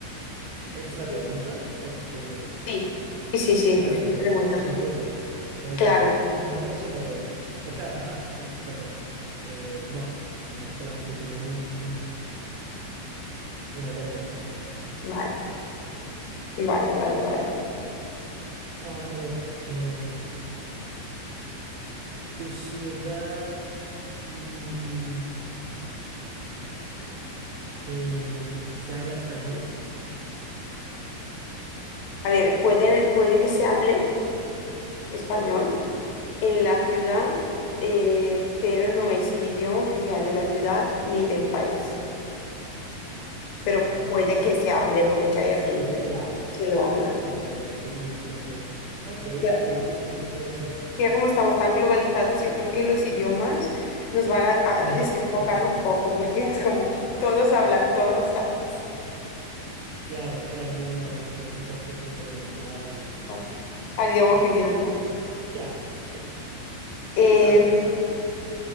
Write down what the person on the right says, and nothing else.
Es
una pregunta porque,
claro,
si
te
respondo es un turno. Ok,
no es una pregunta. O sea, <laughs> perdón. Eh, no, no, solamente tiene un, una lengua oficial.
A ver, eh, ¿tu ciudad mm, eh, se habla español?
Ah,
ok.
Sí,
claro,
claro, los turistas, los... Ok,
ok, me quedó clarísimo.
<laughs>
Claro, claro, no, no, no, mi pregunta fue como relacionada al,
al...
Claro, sí,
tú sabes, tú sabes.